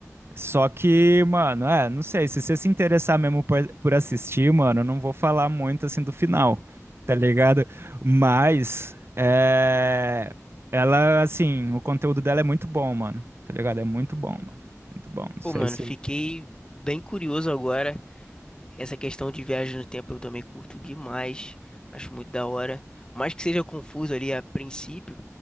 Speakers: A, on the right; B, on the left.
A: Só que, mano, é, não sei, se você se interessar mesmo por, por assistir, mano, eu não vou falar muito assim do final, tá ligado? Mas, é, ela, assim, o conteúdo dela é muito bom, mano, tá ligado? É muito bom, mano, muito bom. Não sei
B: Pô, mano,
A: se,
B: fiquei bem curioso agora. Essa questão de viagem no tempo eu também curto demais. Acho muito da hora. Por mais que seja confuso ali a princípio.